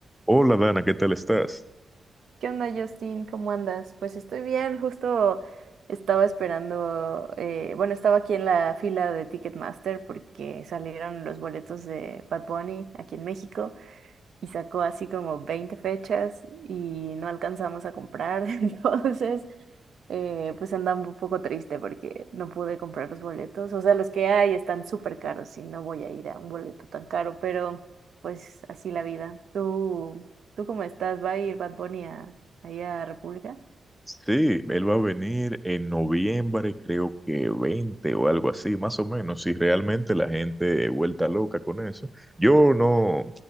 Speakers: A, in the centre; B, on the right.
A: Hola Dana, ¿qué tal estás?
B: ¿Qué onda, Justin? ¿Cómo andas? Pues estoy bien, justo estaba esperando, eh, bueno, estaba aquí en la fila de Ticketmaster porque salieron los boletos de Bad Bunny aquí en México y sacó así como 20 fechas y no alcanzamos a comprar. <laughs> Entonces, eh, pues andaba un poco triste porque no pude comprar los boletos. O sea, los que hay están súper caros y no voy a ir a un boleto tan caro, pero pues así la vida. ¿Tú, tú cómo estás? ¿Va a ir Bad Bunny a, ahí a República?
A: Sí, él va a venir en noviembre, creo que 20 o algo así, más o menos, si realmente la gente vuelta loca con eso. Yo no,